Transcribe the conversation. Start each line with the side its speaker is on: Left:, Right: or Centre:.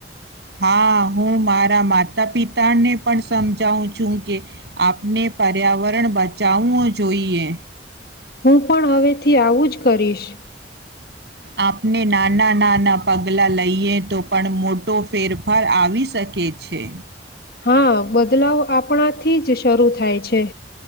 Right: હા હું મારા માતા પિતાને પણ સમજાવું છું કે આપને પર્યાવરણ બચાવવું જોઈએ
Left: હું પણ હવે થી આવું જ કરીશ
Right: આપને નાના નાના પગલાં લઈએ તો પણ મોટો ફેરફાર આવી શકે છે
Left: હા બદલાવ આપણાથી જ શરૂ થાય છે